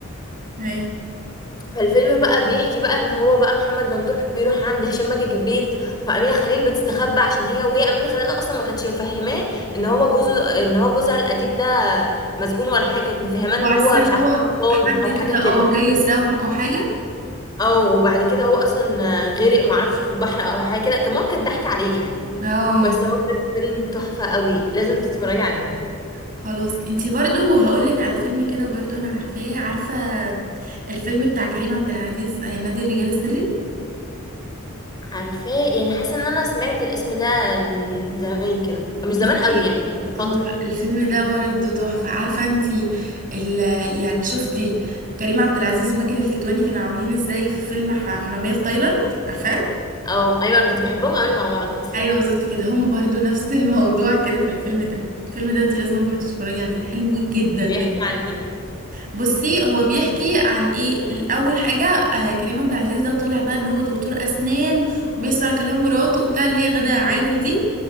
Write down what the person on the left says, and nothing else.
فالفيلم بقى بيحكي بقى ان هو بقى محمد ممدوح بيروح عند هشام ماجد البيت وامينه خليل بتستخبى عشان هي وهي امينه خليل اصلا ما كانتش مفهماه ان هو جوزه ان هو جوزها القديم ده مسجون ولا حاجه كانت مفهماه ان
هو مش عارفه
قبطان
او
حاجه كده
او وبعد كده هو اصلا غرق معرفش في البحر او حاجه كده كان ماما كانت ضحك عليه يعني
بس هو بجد فيلم تحفه قوي لازم تتفرجي عليه
عارفاه يعني حاسه ان انا سمعت الاسم ده من زمان كده مش
زمان قوي يعني من فتره
او ايوه انا كنت بحبهم قوي مع بعض اصلا
بيحكي عن ايه